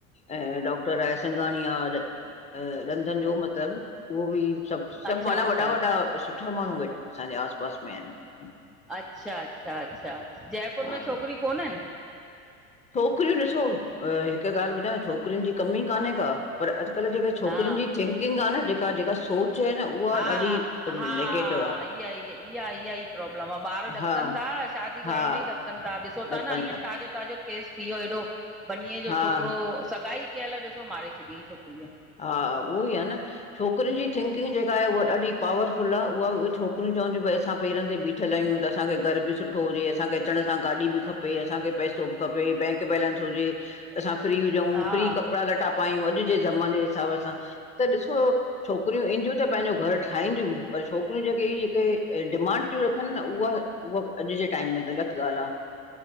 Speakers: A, on the left; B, in the centre.
A: ऐं डॉक्टर रायसिंघाणीआ ॾ अ ॾधन जो मति तबु उहो बि सभु सभु
B: अच्छा
A: माना
B: अच्छा
A: वॾा वॾा सुठा माण्हू वे असांजे आस पास में आहिनि।
B: अच्छा अच्छा अच्छा जयपुर
A: हा
B: में
A: हा
B: छोकिरी कोननि?
A: छोकिरियूं ॾिसो, हिकु ॻाल्हि ॿुधायां छोकिरियुनि जी कमी ई कान्हे का पर अॼुकल्ह जेके छोकिरियुनि
B: हा
A: जी थिंकिंग आ न जेका जेका सोच आ न उहा
B: हा
A: ॾाढी
B: हा,
A: नेगेटिव आहे
B: इया इया ई प्रॉब्लम आ ॿार ॾकनि
A: हा
B: ता, शादी
A: हा
B: करण में ई ॾक ॾकनि ता ॾिसो ता
A: ॾकनि
B: न हियर
A: था
B: ताज़ो ताज़ो केस थी वियो एॾो, बनीअ जो
A: हा
B: छोकिरो सगाई कयल ॾिसो मारे छॾियईं छोकिरीअ।
A: हा उवोइ आ न छोकिरियुनि जी थिंकिंग जेका आए हुव ॾाॾी पावरफुल आ उहा बि छोकिरियूं चवन तियूं भी असां पेरनि ते बी बीठल आहियूं त असांखे घर बि सुठो हुजे असांखे अचण सां गाॾी बि खपे असांखे पैसो बि खपे, बैंक बैलेंस हुजे असां फ्री हुजऊं
B: हा
A: फ्री कपिड़ा लटा पायूं अॼु जे ज़माने हिसाब सां त ॾिसो छोकिरियूं ईंदियूं त पंहिंजो घर ठाहींदियूं पर छोकिरियूं जेके इ जेके डिमांड तियूं रखनि न उहा उहा अॼु जे टाइम में ग़लति ॻाल्हि आ।